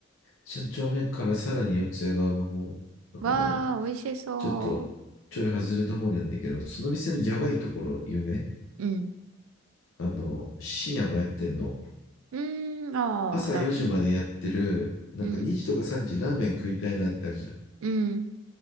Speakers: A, on the left; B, on the right.
A: 三丁目からさらに四ツ谷側の方、だから、
B: わー、美味しそ
A: ちょっと、ちょい外れた方にあるんだけど、その店のやばいところ言うね。
B: う。うん。
A: あの、深夜もやってんの。
B: うーん、あー、
A: 朝4時までやってる、
B: なるほど。
A: なんか2時とか3時ラーメン食いたいなってあるじゃん。
B: うん、うん。